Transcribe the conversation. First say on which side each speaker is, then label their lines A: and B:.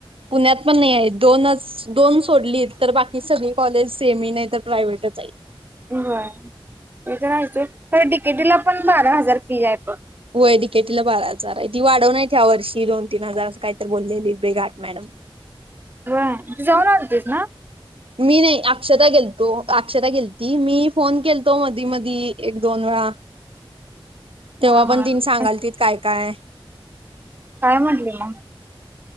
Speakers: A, on the right; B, on the right.
A: पुण्यात पण नाही आहे. दोनच दोन सोडली, तर बाकी सगळी कॉलेज सेमी नाही तर प्रायव्हेटच आहे.
B: व्हय ते तर हायेतचं. खरं डी के टीला पण बारा हजार फी आहे बघ.
A: होय डी के टी ला बारा हजार आहे. ती वाढवनायत ह्या वर्षी दोन-तीन हजार असं काहीतरी बोललेली ती घाट मॅडम.
B: व्हय, तू जाऊन आलतीस ना.
A: मी नाही अक्षता गेलतो. अक्षता गेलती. मी फोन केलतो मधी-मधी एक-दोन वेळा. तेव्हा
B: हा
A: पण
B: हा
A: तिनं सांगाल त काय-काय
B: काय म्हटले मग,?